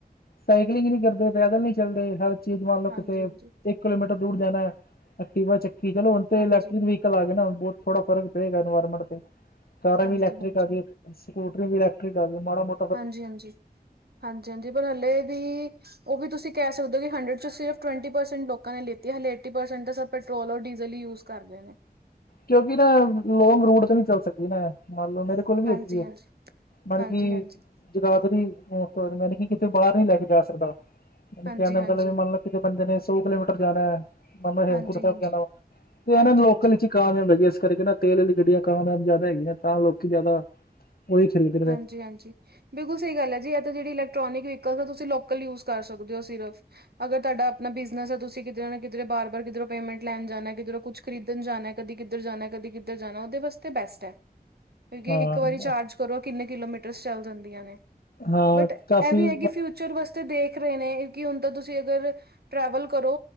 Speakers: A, on the left; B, on the right.
A: ਸਾਈਕਲਿੰਗ ਨੀ ਕਰਦੇ ਪੈਦਲ ਨੀ ਚੱਲਦੇ ਹਰ ਚੀਜ਼ ਮੰਨ ਲਓ
B: ਹਾਂਜੀ
A: ਕਿਤੇ
B: ਹਾਂਜੀ
A: ਇੱਕ ਕਿਲੋਮੀਟਰ ਦੂਰ ਜਾਣਾ, ਐਕਟਿਵਾ ਚੱਕੀ ਚਲੋ ਹੁਣ ਤੇ
B: ਹਾਂਜੀ
A: ਇਲੈਕਟ੍ਰਿਕ ਵੀ ਚਲਾ ਦੇ ਨਾ, ਬਹੁਤ ਥੋੜਾ ਫਰਕ ਪਏਗਾ ਐਨਵਾਇਰਮੈਂਟ ਤੇ, ਕਾਰਾਂ
B: ਹਾਂਜੀ
A: ਵੀ ਇਲੈਕਟ੍ਰਿਕ
B: ਹਾਂਜੀ ਹਾਂਜੀ
A: ਆ ਗਈ। ਸਕੂਟਰੀ ਵੀ ਇਲੈਟ੍ਰਿਕ ਆ ਗਈ ਮਾੜਾ ਮੋ
B: ਹਾਂਜੀ-ਹਾਂਜੀ, ਹਾਂਜੀ-ਹਾਂਜੀ ਪਰ ਹੱਲੇ ਵੀਂ ਉਹ ਵੀ ਤੁਸੀਂ ਕਹਿ ਸਕਦੇ ਹੋ ਕਿ ਹੰਡਰਡ ਚ ਸਿਰਫ ਟਵੈਂਟੀ ਪਰਸੈਂਟ ਲੋਕਾਂ ਨੇ ਲੀਤੀ ਏ ਹਲੇ ਏਟੀ ਪਰਸੈਂਟ ਤਾਂ ਸਭ ਪੈਟਰੋਲ ਔਰ ਡੀਜ਼ਲ ਹੀ ਯੂਜ ਕਰਦੇ ਨੇ।
A: ਕਿਉਂਕਿ ਨਾ ਲੌਂਗ ਰੂਟ ਤੇ ਨੀ ਚੱਲ ਸਕਦੀ ਨਾ, ਮੰਨ ਲਓ ਮੇਰੇ--, ਕੋਲ ਵੀ
B: ਹਾਂਜੀ
A: ਹੈਗੀ ਏ,
B: ਹਾਂਜੀ
A: <inaudible> <inaudible> ਬਲਕਿ-
B: ਹਾਂਜੀ ਹਾਂਜੀ
A: ਜਗਾਦਰੀ, ਮੈ ਨੀ ਕਿਤੇ ਬਾਹਰ ਨੀ ਲੈ ਕੇ ਜਾ ਸਕਦਾ, ਮੇਰੇ
B: ਹਾਂਜੀ
A: ਕਹਿਨ ਦਾ
B: ਹਾਂਜੀ ਹਾਂਜੀ
A: ਮਤਲਬ ਮਨਲ- ਕਿਤੇ ਬੰਦੇ ਨੇ ਸੌ ਕਿਲੋਮੀਟਰ ਜਾਣਾ ਏ ਮ ਮੈ ਹੇਮਕੁਟ
B: ਹਾਂਜੀ
A: ਸਾਹਿਬ ਜਾਣਾ ਵਾ ਤੇ ਇਹਨਾਂ
B: ਹਾਂਜੀ
A: ਨੂੰ ਲੋਕਲ
B: ਹਾਂਜੀ
A: ਹੀ ਕਾਮਯਾਬ ਹੈਗੀ ਇਸ ਕਰਕੇ ਨਾ ਤੇਲ ਵਾਲੀ ਗੱਡੀਆਂ ਕਾਮਯਾਬ ਜ਼ਿਆਦਾ ਹੈਗੀਆਂ ਨੇ ਤਾਂ ਲੋਕੀ ਜ਼ਿਆਦਾ ਹੀ ਖੇਡ <inaudible>
B: ਹਾਂਜੀ ਹਾਂਜੀ ਬਿਲਕੁਲ ਸਹੀ ਗੱਲ ਹੈ ਜੀ ਇਹ ਤਾਂ ਜਿਹੜੀ ਇਲੈਕ੍ਰੋਨਿਕ ਵਹੀਕਲ ਆ ਤੁਸੀਂ ਲੋਕਲ ਯੂਜ ਕਰ ਸਕਦੇ ਹੋ ਸਿਰਫ ਅਗਰ ਤੁਹਾਡਾ ਆਪਣਾ ਬਿਜ਼ਨਸ ਏ ਤੁਸੀਂ ਕਿਧਰੇ ਨਾ ਕਿਧਰੇ ਬਾਰ-ਬਾਰ ਕਿਧਰੋਂ ਪੇਮੈਂਟ ਲੈਨ ਜਾਣਾ ਕਿਧਰੋਂ ਕੁਛ ਖਰੀਦਣ ਜਾਣਾ ਕਦੀ ਕਿੱਧਰ ਜਾਣਾ ਕਦੀ ਕਿੱਧਰ ਜਾਣਾ ਉਹਦੇ ਵਾਸਤੇ ਬੈਸਟ ਏ। ਕਿਉਂਕਿ
A: ਹਾਂ
B: ਇੱਕ ਵਾਰੀ ਚਾਰਜ ਕਰੋ ਕਿੰਨੇ ਕਿਲੋਮੀਟਰਸ ਚੱਲ ਜਾਂਦੀਆਂ ਨੇ।
A: ਹਾਂ
B: but,
A: coffee
B: A we A Ki future ਵਾਸਤੇ ਦੇਖ ਰਹੇ ਨੇ ਕੀ ਹੁਣ ਤਾਂ ਤੁਸੀਂ ਅਗਰ ਟਰੈਵਲ ਕਰੋ।